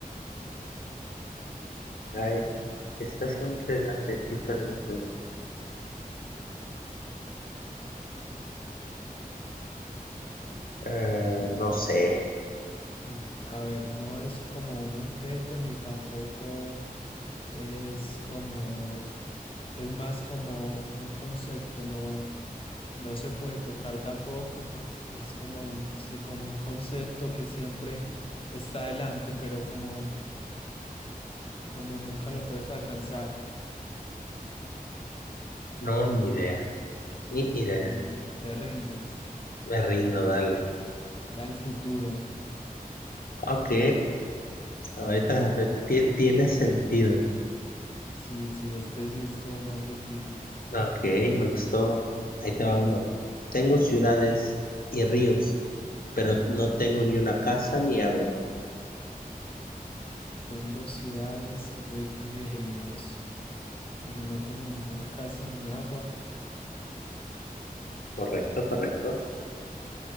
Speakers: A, on the left; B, on the left.
A: Ay, está siempre delante de ti, pero no se ve. Eh, no sé,
B: Mm, A ver, no es como un objeto ni tampoco es como, es más como un concepto, no, no se puede tocar tampoco porque es como, un- sí, como un concepto que siempre está adelante, pero como, como nunca lo puedes alcanzar,
A: no, ni idea, ni idea.
B: mm, te rindes,
A: Me rindo, dale.
B: era el futuro.
A: Ok, ahorita
B: Sí,
A: eh, ti- tiene sentido.
B: sí, sí, este sí estuvo más difícil.
A: Ok, me gustó. Ahí te va uno. Tengo ciudades y ríos, pero no tengo ni una casa ni agua.
B: Tengo ciudades y ri- y ríos. pero no tengo ninguna casa ni agua.
A: Correcto, correcto.